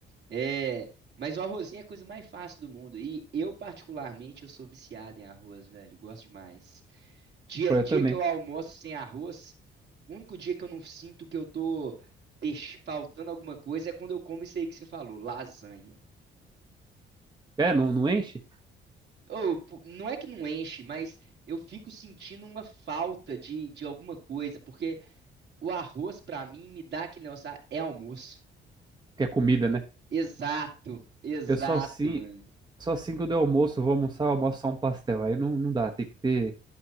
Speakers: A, on the right (about 60°); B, on the right (about 20°).
A: É, mas o arrozinho é a coisa mais fácil do mundo. E eu, particularmente, eu sou viciado em arroz, velho, gosto demais. Dia,
B: Pô, eu
A: dia
B: também.
A: que eu almoço sem arroz, o único dia que eu não sinto que eu tô deix- faltando alguma coisa é quando eu como isso aí que você falou, lasanha.
B: É, não, não enche?
A: Ô, pu- não é que não enche, mas eu fico sentindo uma falta de, de alguma coisa, porque o arroz, pra mim, me dá aquele negócio, "Ah, é almoço.
B: Porque é comida, né?
A: Exato, exato,
B: Eu só assim,
A: mano.
B: só assim quando eu almoço, eu vou almoçar, eu almoço só um pastel. Aí não, não dá, tem que ter.